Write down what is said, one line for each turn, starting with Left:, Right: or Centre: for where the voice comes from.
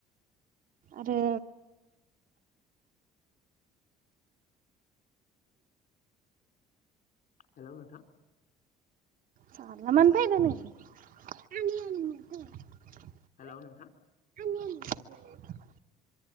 Right: आरो
Left: हेल' नोंथां
Right: साला मानो फैदो नों? आनैया लिंहरदो
Left: हेल' नोंथां
Right: <unintelligible>